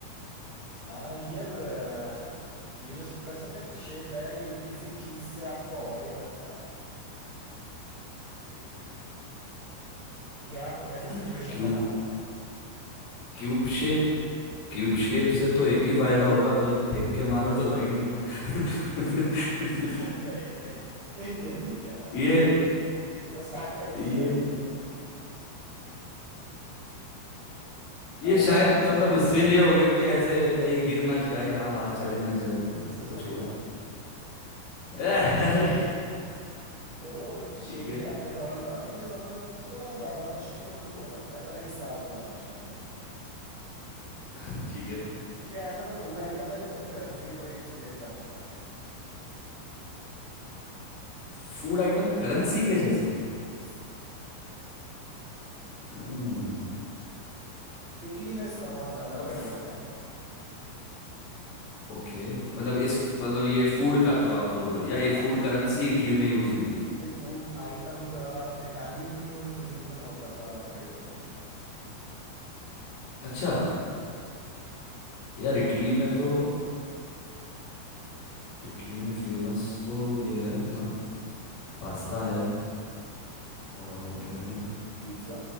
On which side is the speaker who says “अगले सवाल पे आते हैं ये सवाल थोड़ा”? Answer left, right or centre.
Right